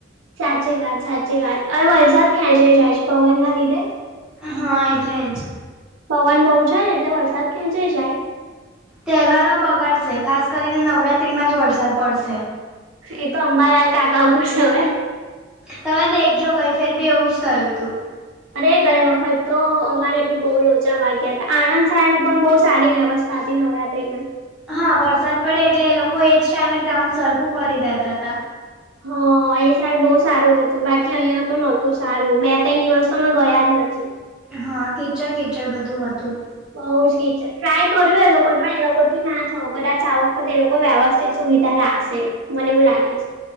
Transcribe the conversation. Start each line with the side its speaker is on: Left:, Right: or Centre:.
Right: સાચી વાત સાચી વાત અ વરસાદ ખેંચાઈ જાય છે પવન ના લીધે
Centre: હા એટલે જ
Right: પવન બહુ જાય ને એટલે વરસાદ ખેંચાઈ જાય.
Centre: તહેવારો બગાડશે ખાસ કરીને નવરાત્રિમાં જ વરસાદ પડશે.
Right: એ તો અંબાલાલ કાકા ઉપર છે હવે
Centre: તમે દેખજો ગઈ ફેર બી એવું જ થયું હતું.
Right: અરે ગઈ વખત તો અમારે બી બહુ લોચા વાગ્યા હતા આણંદ સાયણ પણ બહુ સારી વ્યવસ્થા સાદી નવરાત્રી માં
Centre: હા વરસાદ પડે એટલે એ લોકો એજ ટાઈમે ગ્રાઉન્ડ સરખું કરી દેતા હતા.
Right: હ અહીં સાઈડ બહુ સારું હતું બાકી અહીયાં તો નહોતું સારું બે ત્રણ દિવસ તો મે ગયા જ નથી.
Centre: હા ટીચર કીચર બધું હતું.
Right: માઉ સી ને ટ્રાય કર્યું એ લોકો પણ એ લોકોથી ના થવું આ વખત લોકો વ્યવસ્થિત સુવિધા રાખશે. મને એઉ લાગે છે.